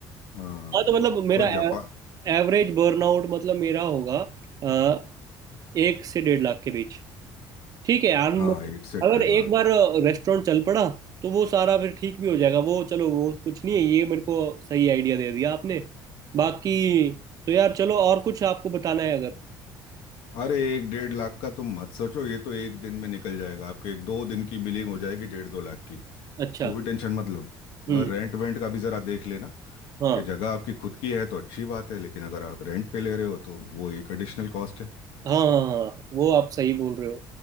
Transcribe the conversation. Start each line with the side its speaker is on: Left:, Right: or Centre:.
Left: हाँ
Right: हाँ तो मतलब मेरा
Left: वह जापान
Right: एवरेज बर्नआउट मतलब मेरा होगा अ, एक से डेढ़ लाख के बीच ठीक है यार मतलब
Left: हाँ एक से
Right: अगर
Left: डेढ़
Right: एक
Left: लाख
Right: बार रेस्टोरेंट चल पड़ा तो वो सारा फिर ठीक भी हो जाएगा वो चलो वो कुछ नहीं है ये मेरे को सही आइडिया दे दिया आपने बाकी तो यार चलो और कुछ आपको बताना है अगर
Left: अरे एक डेढ़ लाख का तुम मत सोचो ये तो एक दिन में निकल जाएगा आपके एक दो दिन की बिलिंग हो जाएगी डेढ़ दो लाख की
Right: अच्छा
Left: कोई टेंशन मत लो
Right: हम्म
Left: बस रेंट वेंट का भी ज़रा देख लेना
Right: हाँ
Left: कि जगह आपकी खुद की है तो अच्छी बात है लेकिन अगर आप रेंट पे ले रहे हो तो वो एक एडिशनल कॉस्ट है
Right: हाँ हाँ हाँ हाँ, वो आप सही बोल रहे हो